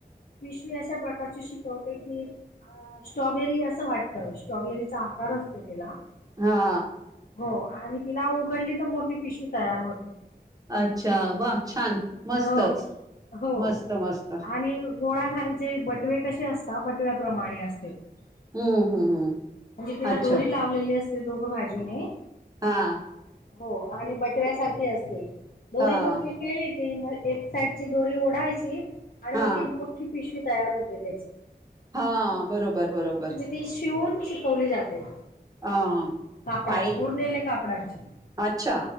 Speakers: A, on the left; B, on the right.
A: पिशवी अशा प्रकारची शिकवते की अ स्ट्रॉबेरी असं वाटतं, स्ट्रॉबेरीचा आकार असतो तिला.
B: हा.
A: हो, आणि तिला उघडली तर मोठी पिशवी तयार होते.
B: अच्छा, वा छान! मस्तच
A: हो हो
B: मस्त मस्त.
A: आणि गोळा झाले जे बटवे कसे असतात बटव्याप्रमाणे अस
B: हम्म हम्म हम्म
A: म्हणजे तिला
B: अच्छा
A: दोरी लावलेली असते दोघं बाजूने.
B: हा.
A: हो आणि बटव्यासारखी असते, दोरी
B: हा
A: मोकळी केली कि मंग एक सांइडची दोरी ओढायची आणि
B: हा
A: मंग ती मोठी पिशवी तयार होते त्यांची
B: हां बरोबर बरोबर
A: ती शिवूंन शिकवली जाते
B: अ
A: कापडाची
B: पाय
A: उरलेले कापडांची
B: अच्छा